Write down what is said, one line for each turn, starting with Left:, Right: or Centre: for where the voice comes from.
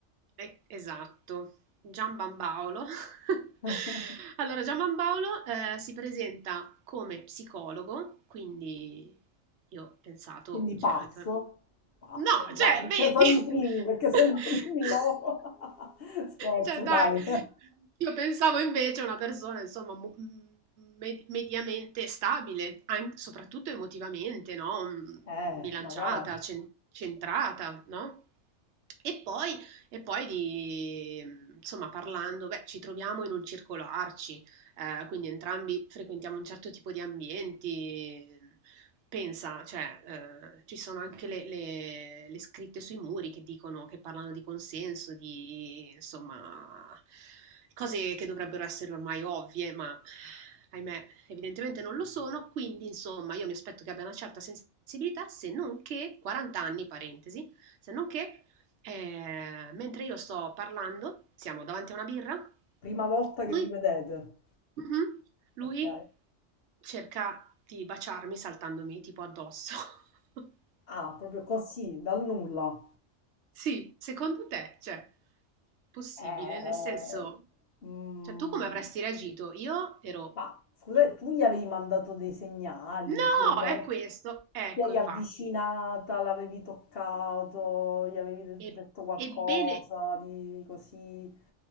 Right: e- esatto, Gianbambaolo. <laughs>
Left: <laughs>
Right: Allora, Gianbambaolo eh, si presenta come psicologo, quindi io ho pensato,
Left: Quindi pazzo,
Right: cioè anche
Left: pazzo,
Right: No,
Left: già,
Right: cioè
Left: perché
Right: vedi?
Left: sono i primi, perché sono
Right: <laughs>
Left: i primi loro. <laughs> Scherzo,
Right: Cioè dai,
Left: dai. <laughs>
Right: io pensavo invece a una persona insomma mo- m- me- mediamente stabile, an- soprattutto emotivamente, no? M-
Left: Eh,
Right: Bilanciata,
Left: magari.
Right: cen- centrata, no? E poi, e poi di, insomma, parlando, beh, ci troviamo in un circolo ARCI, eh, quindi entrambi frequentiamo un certo tipo di ambienti. Pensa, cioè, eh, ci sono anche le, le- le scritte sui muri che dicono, che parlano di consenso, di insomma, cose che dovrebbero essere ormai ovvie, ma ahimè, evidentemente non lo sono. Quindi, insomma, io mi aspetto che abbia una certa sensibilità, se non che 40 anni, parentesi, se non che eh, mentre io sto parlando, siamo davanti a una birra.
Left: Prima volta
Right: Lui
Left: che vi vedete,
Right: Mh-mh.
Left: ok?
Right: Lui cerca di baciarmi saltandomi tipo addosso. <laughs>
Left: Ah, proprio così, dal nulla.
Right: Sì, secondo te, cioè, possibile?
Left: Eh,
Right: Nel
Left: eh,
Right: senso,
Left: mm,
Right: cioè tu come avresti reagito? Io ero
Left: Ma scusate,
Right: in
Left: tu gli avevi mandato dei segnali,
Right: "No,
Left: ti eri,
Right: è
Left: av-
Right: questo!"
Left: ti
Right: Ecco,
Left: eri
Right: infatti.
Left: avvicinata, l'avevi toccato, gli avevi de-
Right: E
Left: detto qualcosa
Right: ebbene
Left: di così.